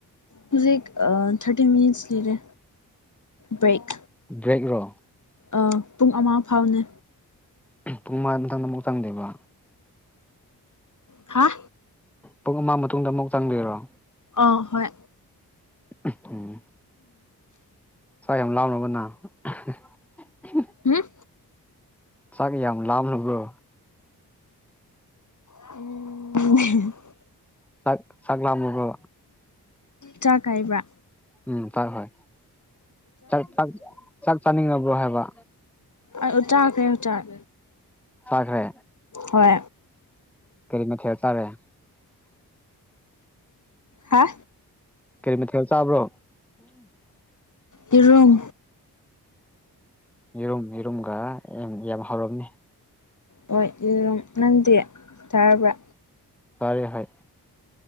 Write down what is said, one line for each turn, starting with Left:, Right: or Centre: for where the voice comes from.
Left: ꯍꯨꯖꯤꯛ ꯊꯔꯇꯤ ꯃꯤꯅꯤꯠꯁ ꯂꯤꯔꯦ ꯕ꯭ꯔꯦꯛ꯫
Centre: ꯕ꯭ꯔꯦꯛꯔꯣ꯫
Left: ꯑꯥ ꯄꯨꯡ ꯑꯃ ꯐꯥꯎꯅꯦ꯫
Centre: ꯄꯨꯡ ꯃꯉꯥ ꯃꯇꯝꯗ ꯑꯃꯨꯛ ꯆꯪꯗꫭꯏꯕꯥ꯫
Left: ꯍꯥ꯫
Centre: ꯄꯨꯡ ꯑꯃ ꯃꯇꯨꯡꯗ ꯑꯃꯨꯛ ꯆꯪꯗꯣꯏꯔꯣ꯫
Left: ꯑꯧ ꯍꯣꯏ꯫
Centre: <unintelligible> ꯆꯥꯛ ꯌꯥꯝ ꯂꯥꯝꯔꯕꯣ ꯅꯪ꯫ <unintelligible>
Left: ꯍꯝ꯫
Centre: ꯆꯥꯛ ꯌꯥꯝ ꯂꯥꯝꯂꯕ꯭ꯔꯣ꯫
Left: <unintelligible>
Centre: ꯆꯥꯛ ꯆꯥꯛꯂꯥꯝꯂꯕꯣ꯫
Left: ꯆꯥꯛ ꯍꯥꯏꯕ꯭ꯔꯥ꯫
Centre: ꯎꯝ ꯆꯥꯛ ꯍꯣꯏ ꯆꯥꯛ ꯆꯥꯛ ꯆꯥꯅꯤꯡꯑꯕ꯭ꯔꯣ ꯍꯥꯏꯕ꯫
Left: ꯑꯌꯨꯛ ꯆꯥꯈ꯭ꯔꯦ ꯆꯥꯛ꯫
Centre: ꯆꯥꯈ꯭ꯔꯦ
Left: ꯍꯣꯏ
Centre: ꯀꯔꯤ ꯃꯊꯦꯜ ꯆꯥꯔꯦ
Left: ꯍꯥ
Centre: ꯀꯔꯤ ꯃꯊꯦꯜ ꯆꯥꯕ꯭ꯔꯣ
Left: ꯌꯦꯔꯨꯝ
Centre: ꯌꯦꯔꯨꯝ ꯌꯦꯔꯨꯝꯒ ꯌꯥꯝ ꯌꯥꯝ ꯍꯥꯎꯔꯝꯅꯤ
Left: ꯍꯣꯏ ꯌꯦꯔꯨꯝ ꯅꯪꯗꯤ ꯆꯥꯔꯕ꯭ꯔꯥ
Centre: ꯐꯥꯔꯦ ꯍꫭꯏ